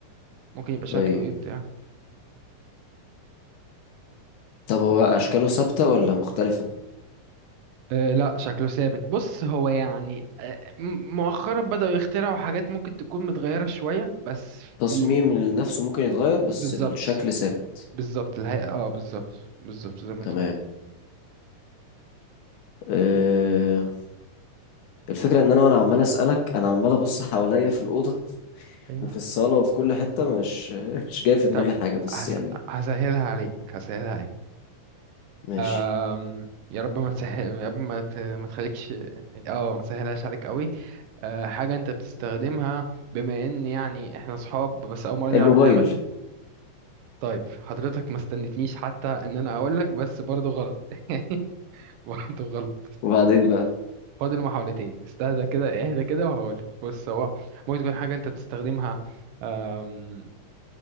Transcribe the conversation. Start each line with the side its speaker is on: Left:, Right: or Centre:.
Right: ممكن يبقى
Left: طيب
Right: شكله ايه بتاع
Left: طب هو اشكاله ثابتة ولا مختلفة
Right: أه لا شكله ثابت بص هو يعني أه م- مؤخرا بدأوا يخترعوا حاجات ممكن تكون متغيرة شوية بس في
Left: تصميم
Right: ال...
Left: نفسه ممكن يتغير بس
Right: بالظبط
Left: الشكل ثابت
Right: بالظبط الهيئة اه بالظبط بالظبط زي ما
Left: تمام
Right: انت قلت
Left: آه... الفكرة ان انا وانا عمال اسألك انا عمال ابص حواليا في الأوضة
Right: ايوه
Left: وفي الصالة وفي كل حتة مش <laughs> مش جاي في دماغي
Right: طب
Left: حاجة بس
Right: هس...
Left: يعني
Right: هسهلها عليك هسهلها عليك
Left: ماشي
Right: أم... يا رب ما تسهل يا رب ما, ت... ما تخليكش اه ما سهلهاش عليك قوي أه حاجة انت بتستخدمها بما ان يعني احنا صحاب بس اول مرة نلعب
Left: الموبايل
Right: اللعبة دي طيب حضرتك ما استنتنيش حتى ان انا اقول لك بس برضو غلط <laughs> واحد غلط
Left: وبعدين بقى
Right: فاضل محاولتين استهدى كده اهدى كده وهقولك بص هو ممكن تكون حاجة انت بتستخدمها أم،